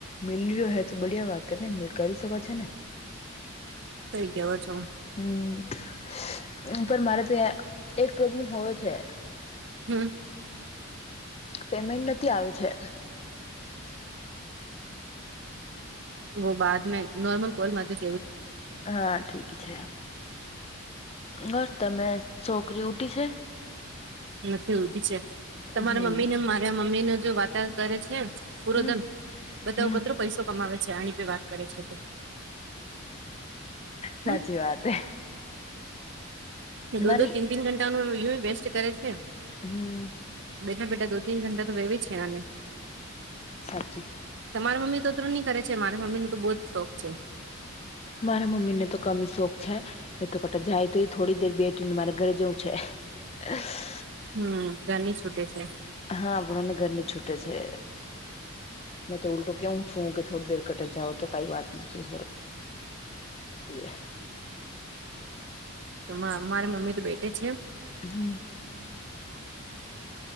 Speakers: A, on the left (about 30°); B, on the right (about 55°).
A: મિલ્યું હ તો બડિયા વાતને કરી શકો છેો ને.
B: થઈ <unintelligible> છો
A: હમ પણ મારે થી એક પ્રોબ્લેમ હોયો છે.
B: હમ્મ.
A: પેમેન્ટ નથી આવે છે.
B: વો બાદ મે નોર્મલ કોલ મા <unintelligible>
A: હા ઠીક છે બસ તમે છોકરી ઉઠી છે
B: નથી ઉભી છે તમારા
A: હમ
B: મમ્મી ને મારે મમ્મી નું જો વાર્તાવર કરે છે પૂરો
A: હમ
B: દન બધા
A: હમ
B: કતરો પૈસો કમાવે છે આણીપે વાત કરે છે
A: સાચી
B: હમ
A: વાત હે
B: દો
A: મારી
B: દો તીન તીન ઘંટા નો વિડિયો વેસ્ટ કરે છે.
A: હમ્મ
B: બેઠા બેઠાં દો ટીન ઘટા તો વવી જ છે આને
A: સાચી
B: તમારે મમ્મી તો તું નહી કરે છે મારા મમ્મી ન તો બહુ જ શોખ છે.
A: મારા મમ્મીને તો કમ શોખ છે મેં તો કટા જાય તો થોડી દેર બેઠીને મારે ઘરે જવું છે. <inaudible>
B: હમ્મ ઘરની છૂટે છે.
A: હા આપણને ઘરની છૂટે છે. મેં તો ઉલટો કેવું છું કે થોડી દેર કટ જાાવ તો કઈ વાત નથી <unintelligible> <inaudible>
B: તો મારે મમ્મી તો બેઠ છેમ <inaudible>
A: હમ